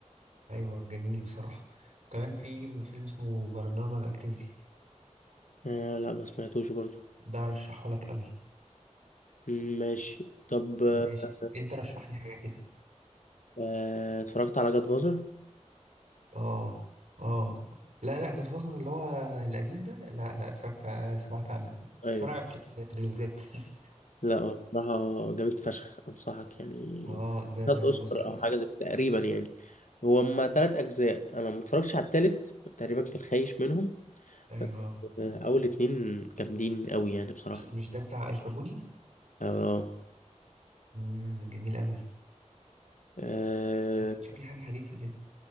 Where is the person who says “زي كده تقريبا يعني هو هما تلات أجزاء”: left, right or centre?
Left